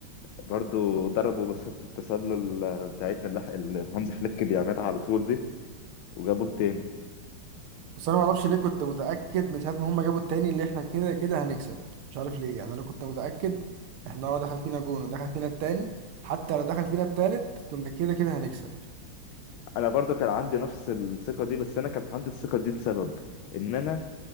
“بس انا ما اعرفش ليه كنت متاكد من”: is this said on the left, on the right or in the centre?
Right